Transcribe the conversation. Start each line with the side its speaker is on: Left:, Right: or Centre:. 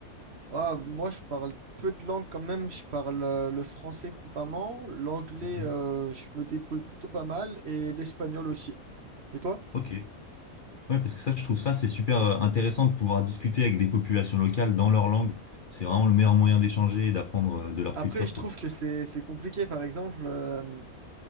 Right: Ah, moi, je parle peu de langues quand même. Je parle euh, le français couramment, l'anglais,
Left: Ok.
Right: euh, je me débrouille plutôt pas mal, et l'espagnol aussi. Et toi?
Left: Ok. Ouais, parce que ça, je trouve ça, c'est super euh, intéressant de pouvoir discuter avec des populations locales dans leur langue. C'est vraiment le meilleur moyen d'échanger et d'apprendre euh, de leur
Right: Après,
Left: culture,
Right: je trouve
Left: quoi.
Right: que c'est c'est compliqué. Par exemple, euh,